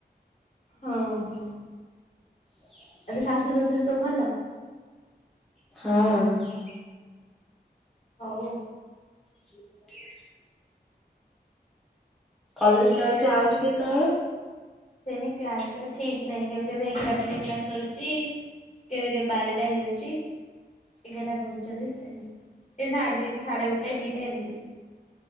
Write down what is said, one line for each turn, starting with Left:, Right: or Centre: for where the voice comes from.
Left: ହଁ, ହଁ।
Centre: ହଁ
Left: ଆଉ ତ ଶାଶ ଶ୍ୱଶୁର ସବୁ ଭଲ?
Centre: ହଁ।
Left: ହଉ।
Centre: ହ କଲେଜ୍ ଯାଉଛୁ ଆଉଛୁ କେତେବେଳେ?
Left: ସେନି କ୍ଲାସ୍ କେବେ ଠିକ ନାହିଁ, କେବେ କେବେ ଏଗାରଟରେ କ୍ଲାସ୍ ସରୁଛି। କେବେ କେବେ ବାରଟା ହେଇଯାଉଛି। ଏଗାରଟା ପଇଁଚାଳିଶ ଏମିତି, ଏ ସାଡେ ଦି ସାଡେ ଗୋଟେ ଦିଟା ଏମିତି।